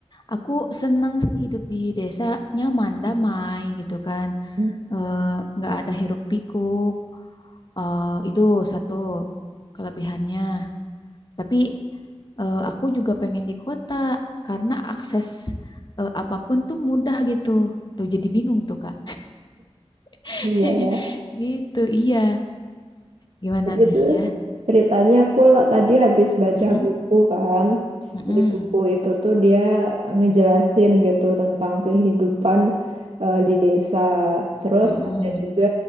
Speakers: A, on the left (about 45°); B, on the right (about 65°).
A: Aku seneng sih hidup di desa, nyaman, damai gitu kan.
B: Hmm.
A: Eh, Nggak ada hiruk pikuk. Eh, itu satu kelebihannya. Tapi eh, aku juga pengen di kota karena akses eh, apapun tuh mudah gitu. Tuh jadi bingung tuh Kak. <laughs>
B: Iya ya.
A: Gitu, iya. Gimana
B: Jadi
A: nih
B: itu
A: ya?
B: ceritanya aku la- tadi habis baca
A: Mm-mm,
B: buku kan.
A: mm-mm,
B: Jadi buku itu tuh dia ngejelasin gitu tentang kehidupan eh, di desa. Terus
A: mm-mm,
B: ada juga